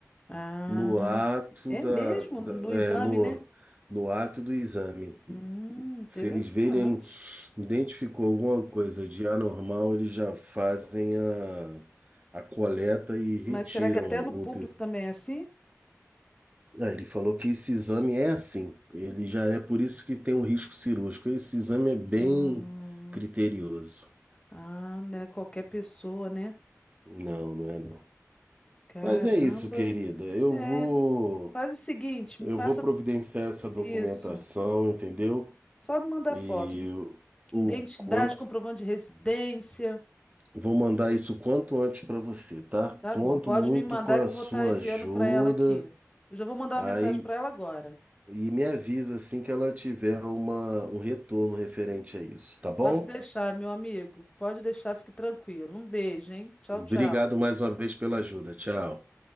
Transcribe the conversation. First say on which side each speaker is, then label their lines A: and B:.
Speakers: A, on the left; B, on the right.
A: Ah,
B: no ato
A: s- é
B: da,
A: mesmo
B: da-
A: do exame,
B: é, no,
A: né?
B: no ato do exame.
A: Hum, interessante.
B: Se eles verem Identificou alguma coisa de anormal, eles já fazem a, a coleta e retiram
A: Mas será que até
B: o.
A: no público
B: te-
A: também é assim?
B: Ah, ele falou que esse exame é assim, ele já é por isso que tem um risco cirúrgico. Esse exame é bem
A: Ah.
B: criterioso.
A: Ah, né? Qualquer pessoa, né?
B: Não, não é não.
A: Caramba.
B: Mas é isso, querida. Eu
A: É,
B: vou
A: faz o seguinte,
B: eu
A: me passa
B: vou providenciar essa documentação,
A: isso.
B: entendeu?
A: Só me mandar
B: E
A: foto.
B: o
A: Identidade,
B: quanto
A: comprovante de residência.
B: Vou mandar isso quanto antes para você, tá?
A: Tá
B: Conto
A: bom, pode
B: muito
A: me mandar
B: com a
A: que eu
B: sua
A: vou estar enviando
B: ajuda.
A: para ela aqui. Eu já vou mandar uma
B: Aí
A: mensagem para ela agora.
B: e me avisa assim que ela tiver uma, um retorno referente a isso, tá bom?
A: Pode deixar, meu amigo. Pode deixar, fique tranquilo. Um beijo, hein? Tchau,
B: Obrigado
A: tchau.
B: mais uma vez pela ajuda. Tchau.